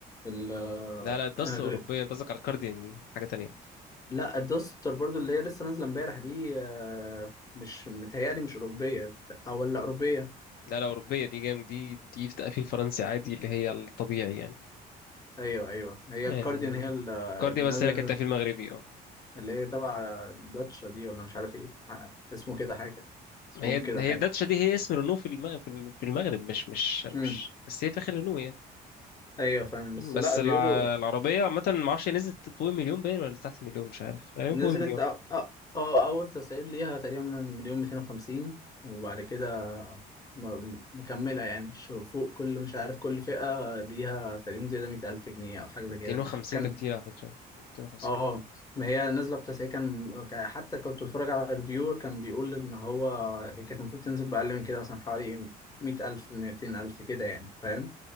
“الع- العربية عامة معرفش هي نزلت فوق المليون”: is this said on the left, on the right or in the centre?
Left